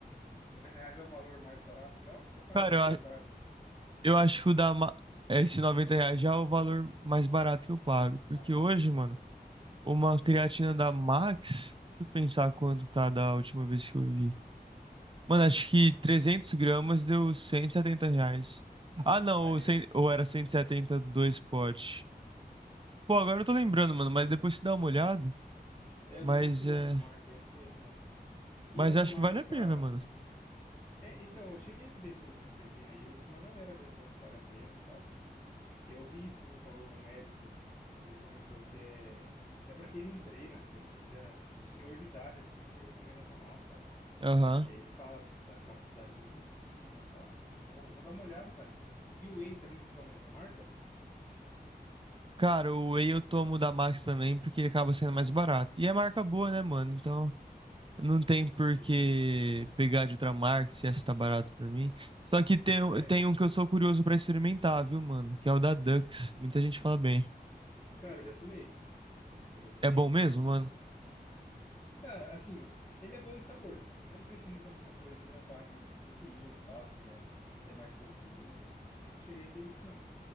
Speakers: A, on the left (about 20°); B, on the right (about 30°).
A: 90 reais é o valor mais barato já ou você paga
B: Cara,
A: mais
B: eu, a-
A: barato ainda?
B: eu acho que o da Ma... esse 90 reais já é o valor mais barato que eu pago.
A: Ah,
B: Porque hoje,
A: entendi.
B: mano, uma creatina da Max. Deixa eu pensar quanto tá da última vez que eu vi. Mano, acho que 300 gramas deu 170 reais. Ah, não,
A: Ai,
B: ou,
A: meu.
B: cem- ou era 170 dois potes. Pô, agora eu não tô lembrando, mano, mas depois você dá uma olhada.
A: É, eu
B: Mas
A: vou pesquisar
B: é.
A: essa marca aí, não conheço não. E
B: Mas
A: essa
B: acho
A: marca
B: que vale a
A: pra.
B: pena, mano.
A: É, então, eu cheguei a ver sobre essa creatina aí, eu vi uma galera mesmo falando que vale a pena e tal. E Eu vi isso que você falou, um médico, ele comentou que é até pra quem não treina, pra quem já, tipo, senhor de idade assim, ele recomenda tomar, sabe?
B: Aham.
A: Aí ele fala da capacidade cognitiva, tal. Eu vou, vou dar uma olhada, cara. E o whey também você toma dessa marca?
B: Cara, o whey eu tomo da Max também, porque ele acaba sendo mais barato. E é marca boa, né, mano? Então não
A: Sei,
B: tem por
A: sei.
B: que pegar de outra marca se essa tá barata pra mim. Só que tem,
A: É,
B: tem um que eu sou curioso pra experimentar, viu, mano? Que é o da Dux. Muita gente fala bem.
A: cara, eu já tomei. Eu já tomei
B: É bom
A: esse
B: mesmo,
A: aí.
B: mano?
A: Cara, assim, ele é bom de sabor. Eu não sei se muda muita coisa assim na parte de proteína, e tal, se é, se tem mais proteínas. Eu Não cheguei a ver isso não.